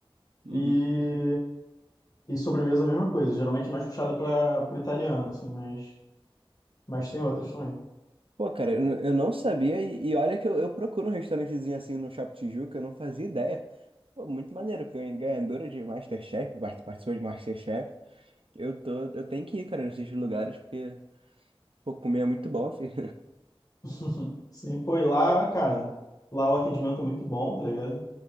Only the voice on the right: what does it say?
Uhum.
Pô, cara, eu eu não sabia e, e olha que eu, eu procuro um restaurantezinho assim no Shopping Tijuca, eu não fazia ideia. Pô, muito maneiro, porque eu ganhadora de MasterChef, part- participou de MasterChef. Eu tô, eu tenho que ir, cara, nesses lugares, porque, pô, comer é muito bom, filho.